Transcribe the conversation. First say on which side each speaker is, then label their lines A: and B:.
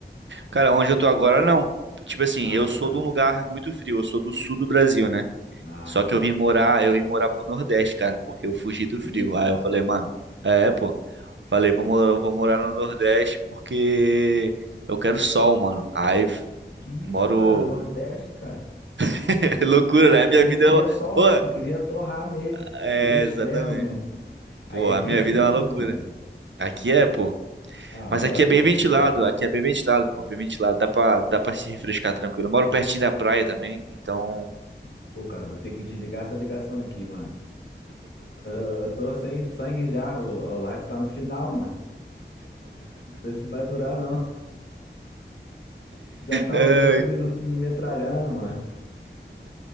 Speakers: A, on the right; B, on the left.
A: Cara, onde eu tô agora, não. Tipo assim,
B: Ah,
A: eu sou
B: tá.
A: de um lugar muito frio, eu sou do sul do Brasil, né?
B: Ah,
A: Só
B: sim.
A: que eu vim morar, eu vim morar pro Nordeste, cara, porque eu fugi do
B: Que
A: frio.
B: isso,
A: Aí
B: cara?
A: eu falei, mano, é, pô. Falei, vou, mo- vou morar no Nordeste porque eu quero sol, mano. Aí fu-
B: Que isso,
A: moro.
B: cara? Nordeste, cara.
A: <laughs> É loucura,
B: Tu, tu,
A: né? A minha
B: tu
A: vida
B: não queria
A: é. uma-
B: sol,
A: Ô,
B: não. Tu queria torrar mesmo.
A: é,
B: Tu queria o extremo,
A: exatamente.
B: né? Aí
A: Pô,
B: é
A: a
B: quentíssimo,
A: minha vida é uma loucura.
B: mano.
A: Aqui é, pô.
B: Ah,
A: Mas
B: mas
A: aqui
B: é gosto,
A: é bem ventilado,
B: é.
A: aqui é bem ventilado, pô, bem ventilado. Dá pra, dá pra se refrescar tranquilo. Eu moro pertinho da praia também, então.
B: Pô, cara, eu vou ter que desligar essa ligação aqui, mano. Eu eu tô sem sangue já. O, o live tá no final, mano. Não sei se vai durar, não. Já tá
A: Ai,
B: os oito minutos me metralhando, mano.